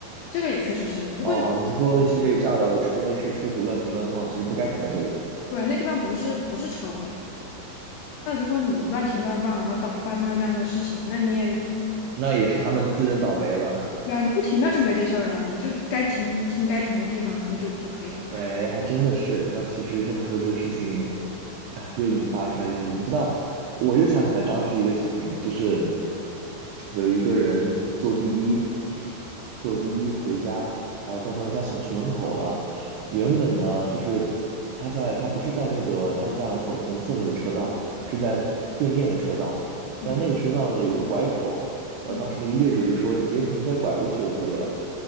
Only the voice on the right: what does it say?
哦，你是说那些被炸到的车是车主乱停乱放，其实不该停在这里，
那也是他们自认倒霉了。
喂，还真的是。那其实这么说，这个事情，哎，又引发出来一件事情。你知道，我又想起来当时一个事情，就是有一个人坐滴滴，坐滴滴回家，然后到他们家小区门口了。原本呢，就是他在他不是在那个他们家门口同侧那个车道，是在对面的车道。
但那个车道呢，有个拐口，然后当时那个业主就说：
“你直接从这边拐过去就可以了。”